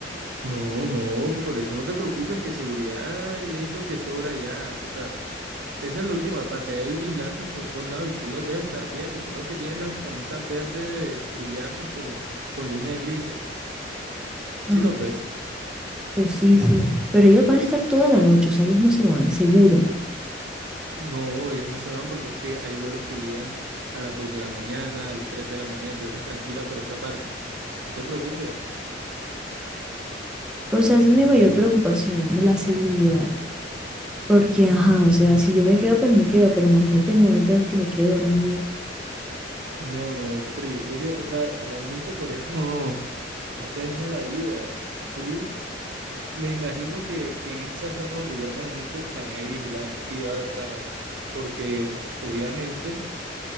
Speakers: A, on the right (about 65°); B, in the centre.
A: No, no, por eso no te preocupes, que seguridad es lo que sobra ya. O sea, esa es la última parte. Hay vigilantes por todos lados y tú los debes estar viendo. Son los que tienen las camisas verdes brillantes con, con líneas grises.
B: Ajá,
A: ¿Sí los ves?
B: pues sí, sí, pero ellos van a estar toda la noche, o sea, ellos no se van, seguro.
A: No, ellos no se van porque es que hay vuelos que llegan a las 2 de la mañana, a las 3 de la mañana, entonces tranquila por esa parte, no te preocupes.
B: O sea, esa es mi mayor preocupación, la seguridad, porque, ajá, o sea, si yo me quedo, pues me quedo, pero imagínate el momento en el que me quede dormida.
A: No, no, pero yo creo que, o sea, realmente por eso no, no te des mala vida. Tú, me imagino que, que en esa zona donde duerme la gente también hay vigilancia y debe haber cámaras, porque obviamente